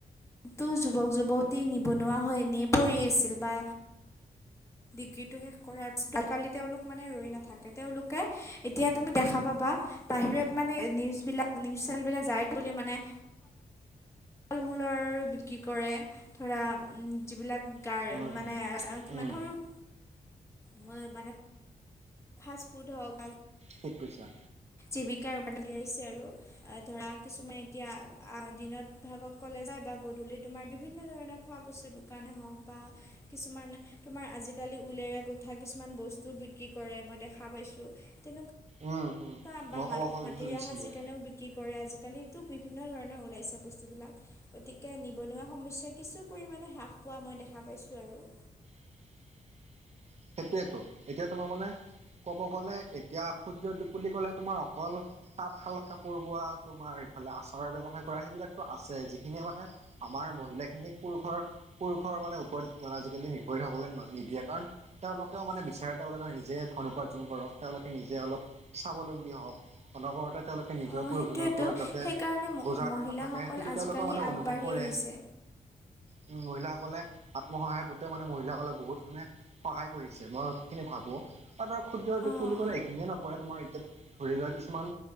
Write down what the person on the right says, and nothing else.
উম
উম উম
খুব পইছা
উম উম
মই
ক'ব
খুজিছিলোৱে
<unintelligible> সেইটোৱেতোএতিয়া তোমাৰ মানে ক'ব গ'লে এতিয়া সূৰ্যদীপ বুলি ক'লে তোমাৰ অকল তাতঁ শাল কাপোৰ বোৱা তোমাৰ এইফালে আচাৰৰ ব্যৱসায় কৰা সেইবিলাকতো আছে যিখিনিয়ে মানে আমাৰ মহিলা খিনিক পুৰুষৰ পুৰুষ মানুহৰওপৰত মানে আজিকালি নিৰ্ভৰশীল হ'বলৈ নিদিয়ে কাৰণ তেওঁলোকেও মানে বিচাৰে তেওঁলোকে নিজে ধন উপাৰ্জন কৰক তেওঁলোকে নিজে অলপ স্বাৱলম্বী হওক অনবৰতে তেওঁলোকে নিজৰ
পুৰুষজনৰ
ওপৰত যাতে
বজাৰ
দৰে নাথাকে সেইটো
তেওঁলোকৰ মানে
অনুভৱ কৰে
উ মহিলাসকলে আত্মসহায়ক গোটে মানে মহিলাসকলে বহুত মানে সহায় কৰিছে মই সেইখিনি ভাবো আৰু তোমাৰ ক্ষুদ্ৰ উদ্যোগ
বুলি ক'লে এইখিনিয়ে নপৰে তোমাৰ এতিয়া ধৰি লোৱা কিছুমান